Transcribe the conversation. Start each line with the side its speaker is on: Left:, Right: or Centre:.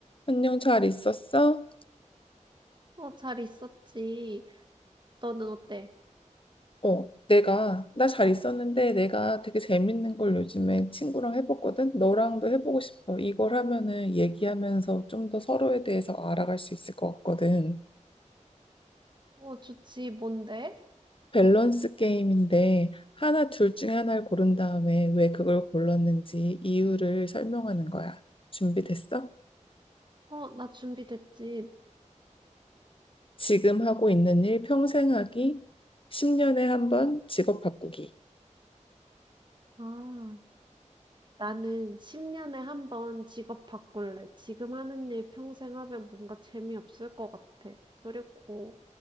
Left: 안녕, 잘 있었어?
Right: 어, 잘 있었지. 너는 어때?
Left: 어, 내가, 나 잘 있었는데 내가 되게 재밌는 걸 요즘에 친구랑 해봤거든? 너랑도 해보고 싶어. 이걸 하면은 얘기하면서 좀 더 서로에 대해서 알아갈 수 있을 것 같거든.
Right: 어, 좋지. 뭔데?
Left: 밸런스 게임인데 하나, 둘 중에 하나를 고른 다음에 왜 그걸 골랐는지 이유를 설명하는 거야. 준비됐어?
Right: 어, 나 준비됐지.
Left: 지금 하고 있는 일 평생 하기, 10년에 한 번 직업 바꾸기.
Right: 아, 나는 10년에 한 번 직업 바꿀래. 지금 하는 일 평생 하면 뭔가 재미없을 것 같아. 그리고